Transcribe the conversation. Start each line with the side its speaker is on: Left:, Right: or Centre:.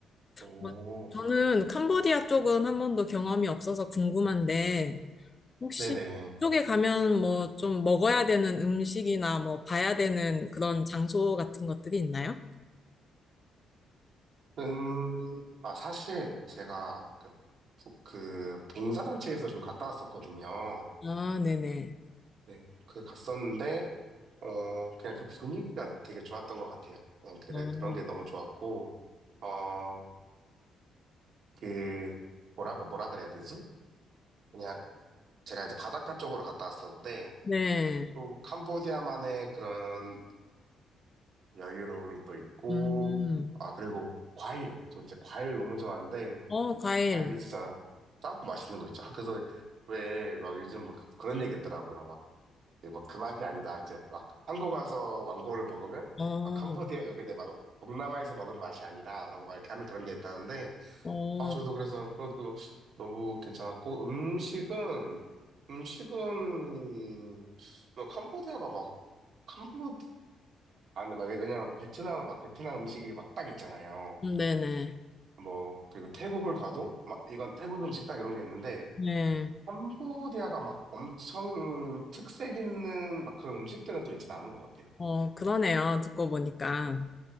Right: 오,
Left: 막 저는 캄보디아 쪽은 한 번도 경험이 없어서 궁금한데, 혹시
Right: 네네.
Left: 그쪽에 가면 뭐 좀 먹어야 되는 음식이나 뭐 봐야 되는 그런 장소 같은 것들이 있나요?
Right: 음, 아, 사실 제가 그, 부- 그 봉사단체에서 좀 갔다 왔었거든요.
Left: 아, 네네.
Right: 네, 그 갔었는데, 어, 그냥 그 분위기가 되게 좋았던 것 같아요. 그냥 그래,
Left: 어,
Right: 그런 게 너무 좋았고, 어, 그, 뭐라, 뭐라 그래야 되지? 그냥 제가 이제 바닷가 쪽으로 갔다 왔었는데,
Left: 네.
Right: 또 캄보디아만의 그런 여유로움이 또 있고,
Left: 음,
Right: 아, 그리고 과일. 저 진짜 과일 너무 좋아하는데,
Left: 어, 과일.
Right: 과일이 진짜 짜고 맛있는 거 있죠. 아, 그래서 왜 막 요즘 뭐 그런 얘기 있더라고요. 막, 뭐 그 맛이 아니다. 이제 막 한국 와서 왕고를 먹으면,
Left: 어,
Right: 막 캄보디아, 여기 이제 막 동남아에서 먹은 맛이 아니다. 라고 막 이렇게 하는 그런 게 있다는데,
Left: 어,
Right: 아, 저도 그래서 그것도 너무 괜찮았고, 음식은, 음식은, 뭐 캄보디아가 막, 캄보디아만, 막, 왜냐면 베트남은 막 베트남 음식이 막 딱 있잖아요.
Left: 음, 네네.
Right: 뭐, 그리고 태국을 가도, 막, 이건 태국 음식 딱 이런 게 있는데,
Left: 네.
Right: 캄보디아가 막 엄청 특색 있는 막 그런 음식들은 또 있진 않은 것 같아요.
Left: 어, 그러네요. 듣고 보니까.